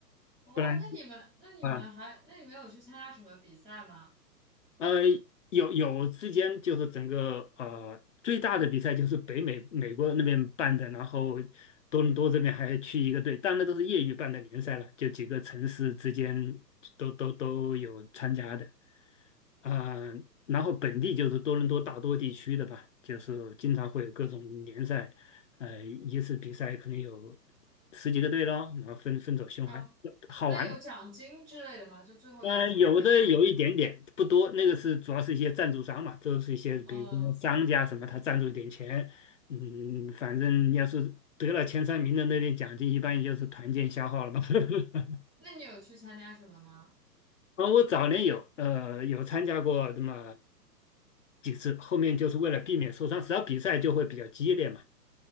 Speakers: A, in the centre; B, on the left.
A: 哦，
B: 不然
A: 那你们那你们还那你们有去参加什么比赛吗？
B: 啊，呃，有有之间就是整个呃最大的比赛就是北美美国那边办的，然后多伦多这边还去一个队，当然都是业余办的联赛了，就几个城市之间都都都有参加的。啊、然后本地就是多伦多大多地区的吧，就是经常会有各种联赛，呃，一次比赛可能有十几个队咯，然后分分走循环，
A: 啊，
B: 好玩，
A: 那有奖金之类的吗？就最后赢有什么奖励吗？
B: 嗯，有的有一点点，不多。那个是主要是一些赞助商嘛，都是一些比如什么商家什么，
A: 嗯，
B: 他赞助一点钱。嗯，反正要是得了前三名的那点奖金，一般也就是团建消耗了嘛。<laughs>
A: 那你有去参加什么吗？
B: 啊，我早年有呃有参加过那么几次，后面就是为了避免受伤，只要比赛就会比较激烈嘛。